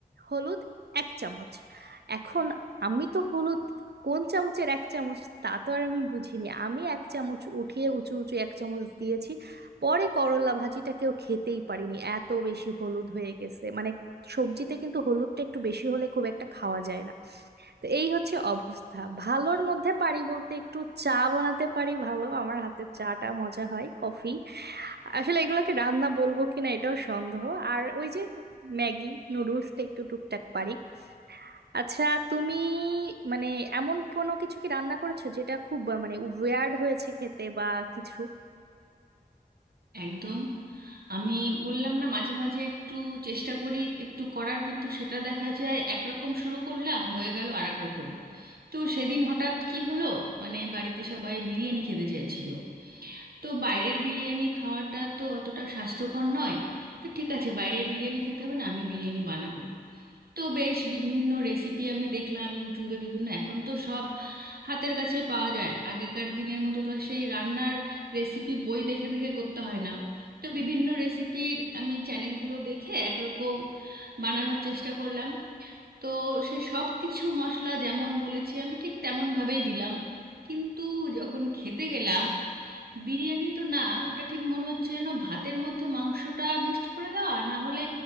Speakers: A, on the right; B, on the right.
A: হলুদ এক চামচ এখন আমি তো হলুদ কোন চামচের এক চামচ তা তো আর আমি বুঝিনি আমি এক চামচ উঠিয়ে উঁচু উঁচু এক চামচ দিয়েছি পরে করলা ভাজিটা কেউ খেতেই পারিনি এত বেশি হলুদ হয়ে গেছে মানে সবজিতে কিন্তু হলুদটা একটু বেশি হলে খুব একটা খাওয়া যায় না তো এই হচ্ছে অবস্থা ভালোর মধ্যে পারি বলতে একটু চা বানাতে পারি ভালো আমার হাতের চাটা মজা হয় কফি আসলে এগুলোকে রান্না বলবো কিনা এটাও সন্দেহ আর ওই যে ম্যাগি নুডলসটা একটু টুকটাক পারি আচ্ছা তুমি মানে এমন কোনো কিছু কি রান্না করেছো যেটা খুব আহ, মানে ওয়ার্ড হয়েছে খেতে বা কিছু
B: একদম আমি বললাম না মাঝে মাঝে একটু চেষ্টা করি একটু করার কিন্তু সেটা দেখা যায় একরকম শুরু করলাম হয়ে গেল আর এক রকম তো সেদিন হঠাৎ কি হলো মানে বাড়িতে সবাই বিরিয়ানি খেতে চাইছিল তো বাইরের বিরিয়ানি খাওয়াটা তো অতটা স্বাস্থ্যকর নয় তো ঠিক আছে বাইরের বিরিয়ানি খেতে হবে না আমি বিরিয়ানি বানাবো তো বেশ বিভিন্ন রেসিপি আমি দেখলাম ইউটিউবে বিভিন্ন এখন তো সব হাতের কাছে পাওয়া যায় আগেকার দিনের মতো তো আর সেই রান্নার রেসিপি বই দেখে দেখে করতে হয় না তো বিভিন্ন রেসিপির আমি চ্যানেলগুলো দেখে একরকম বানানোর চেষ্টা করলাম তো সে সব কিছু মশলা যেমন বলেছি আমি ঠিক তেমন ভাবেই দিলাম কিন্তু যখন খেতে গেলাম বিরিয়ানি তো না ওটা ঠিক মনে হচ্ছে যেন ভাতের মধ্যে মাংসটা মিক্সড করে দেওয়া না হলে